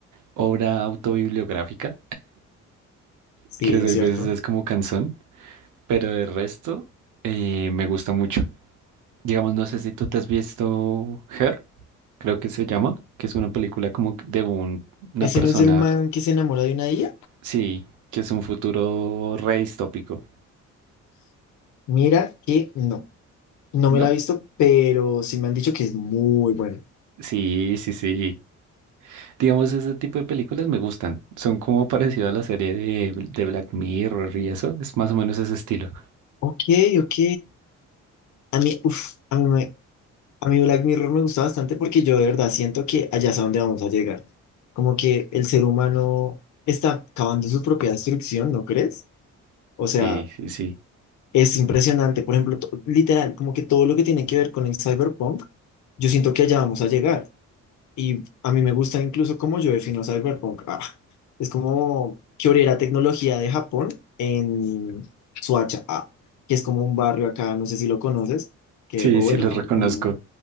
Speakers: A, on the right (about 80°); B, on the left (about 70°).
A: obra autobibliográfica,
B: Sí,
A: que a
B: es cierto.
A: veces es como canción, pero de resto eh, me gusta mucho. Digamos, no sé si tú te has visto Her, creo que se llama, que es una película como de un- una
B: ¿Ese
A: persona,
B: no es el man que se enamora de una ella?
A: sí, que es un futuro re distópico,
B: Mira que no, no
A: ¿no?
B: me la he visto, pero sí me han dicho que es muy buena.
A: Sí, sí, sí. Digamos, ese tipo de películas me gustan. Son como <laughs> parecido a la serie de, de Black Mirror y eso. Es más o menos ese estilo.
B: Ok, ok. A mí, uf, a mí, me- a mí Black Mirror me gusta bastante porque yo de verdad siento que allá es a donde vamos a llegar. Como que el ser humano está acabando su propia destrucción, ¿no crees? O sea,
A: Sí, sí, sí.
B: es impresionante. Por ejemplo, to- literal, como que todo lo que tiene que ver con el cyberpunk, yo siento que allá vamos a llegar. Y a mí me gusta incluso cómo yo defino cyberpunk. Ah, es como que hubiera tecnología de Japón en Suacha, ah, que es como un barrio acá, no sé si lo conoces, que,
A: Sí,
B: o
A: sí,
B: bueno,
A: los
B: no,
A: reconozco.
B: un-